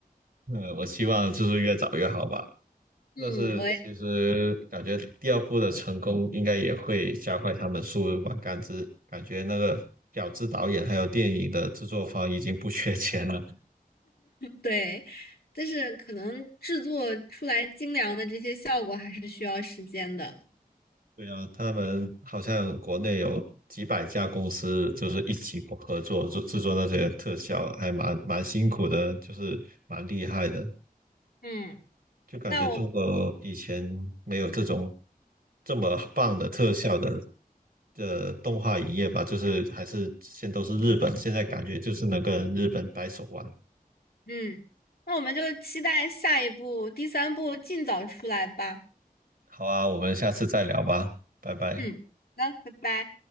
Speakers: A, on the right; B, on the left.
A: 嗯，我希望就是越早越好吧。
B: <laughs> 嗯，
A: 但是其实感觉第二部的成功应该也会加快他们速度吧，
B: 我也
A: 感知感觉那个饺子导演还有电影的制作方已经不缺钱了。
B: 对，但是可能制作出来精良的这些效果还是需要时间的。
A: 对啊，他们好像国内有几百家公司，就是一起合作制制作那些特效，还蛮蛮辛苦的，就是蛮厉害的。
B: 嗯，
A: 就感觉中国以前没有这种
B: 那我
A: 这么棒的特效的的动画影业吧，就是还是现都是日本，现在感觉就是能跟日本掰手腕。
B: 嗯，那我们就期待下一部第三部尽早出来吧。
A: 好啊，我们下次再聊吧，拜拜。
B: 嗯，好的拜拜。